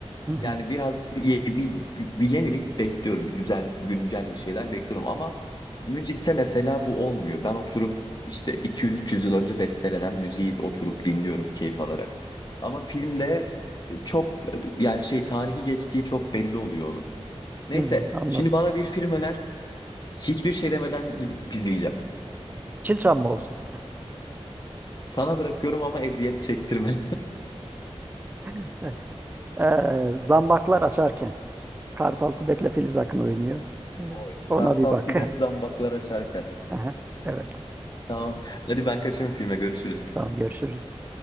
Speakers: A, on the right; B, on the left.
A: Hı hı.
B: Yani biraz ye- bir, bir yenilik bekliyorum. Bir güzel güncel bir şeyler bekliyorum ama müzikte mesela bu olmuyor. Ben oturup işte 200-300 yıl önce bestelenen müziği oturup dinliyorum keyif alarak. Ama filmde e, çok e, yani şey tarihi geçtiği çok belli oluyor onun. Neyse
A: Hmm, anladım.
B: şimdi bana bir film öner. Hiçbir şey demeden gidip izleyeceğim.
A: Yeşilçam mı olsun?
B: Sana bırakıyorum ama eziyet çektirme.
A: <laughs> Ee, zambaklar açarken. Kartal Tibet'le Filiz Akın oynuyor. Ee,
B: <laughs>
A: Ona
B: Kartal
A: bir bak.
B: Tibet zambaklar açarken.
A: <laughs> Aha, Evet.
B: Tamam. Hadi ben kaçıyorum filme. Görüşürüz.
A: Tamam görüşürüz.